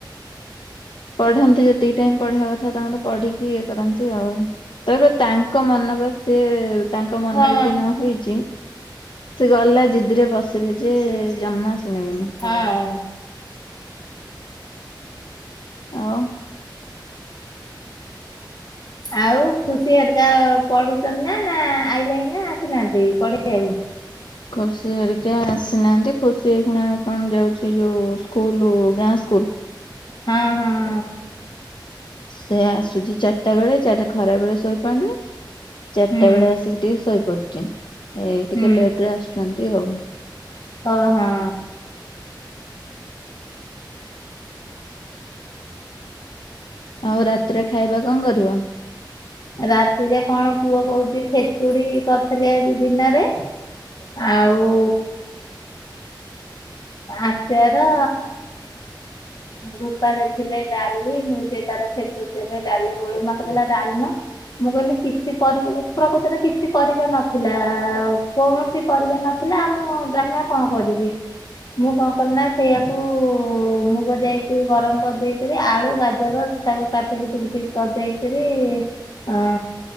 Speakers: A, on the left; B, on the left.
A: ପଢ଼ନ୍ତି ଯେତିକି ଟାଇମ ପଢିବା କଥା ତାଙ୍କର ପଢିକି କରନ୍ତି ଆଉ ତାପରେ ତାଙ୍କ ମନ ବା ସେ ତାଙ୍କ ମନ
B: ହଁ
A: ଯଦି ନ ହେଇଛି ସେ ଗଲା ଜିଦିରେ ବଶିବେ ଯେ ଜମା ଶୁଣିବେନି।
B: ହଁ।
A: ଆଉ।
B: ଆଉ ଖୁସି ହେରିକା ପଢୁଛନ୍ତି ନା ନା ଆଇଲେନି ନା ଆସିନାହାନ୍ତି ପଢିବାକୁ?
A: ଖୁସି ହେରିକା ଆସିନାହାନ୍ତି ଖୁସି ଏଇଖୁଣା କଣ ଯାଉଛି ଏ ଯୋଉ ସ୍କୁଲ ଗାଁ ସ୍କୁଲ
B: ହଁ ହଁ।
A: ସେ ଆସୁଛି ଚାରିଟା ବେଳେ ଚାରି ଖରା ବେଳେ ଶୋଇପାରୁନି। ଚାରିଟା
B: ହୁଁ
A: ବେଳେ ଆସିକି ଟିକେ ଶୋଇପଡଛି ଏଇ ଟିକେ
B: ହୁଁ।
A: ଲେଟ ରେ ଆସୁଛନ୍ତି ଆଉ।
B: ଓ ହଁ।
A: ଆଉ ରାତିରେ ଖାଇବା କଣ କରିବ?
B: ରାତିରେ କଣ ପୁଅ କହୁଛି ଖେଚୁଡି କରିଥିଲି ଆଜି ଦିନରେ ଆଉ ଆଚାର ରୂପା ଦେଇଥିଲେ ଡାଲି ସେ ତାର ଛେଚୁୁରୀ ଯାଗେ ଡାଲି ଗୋଳ ମତେ କହିଲା ଡାଲମା? ମୁଁ କହିଲି କିଛି ପରିବା ପ୍ରକୃତରେ କିଛି ପରିବା ନଥିଲା ଆ କୋଣସ କିଛି ପରିବା ନଥିଲା ଆଉ ମୁଁ ଡ୍ରାମା କଣ କରିବି? ମୁଁ କଣ କଲି ନା ସେଇଆାକୁ ମୁଗ ଯାଇକି ଗରମ କରିଦେଇକିରି ଆଳୁ ଗାଜର ତାକୁ କାଟିକି ଟିକି ଟିକି କରିଦେଇକରି ଅ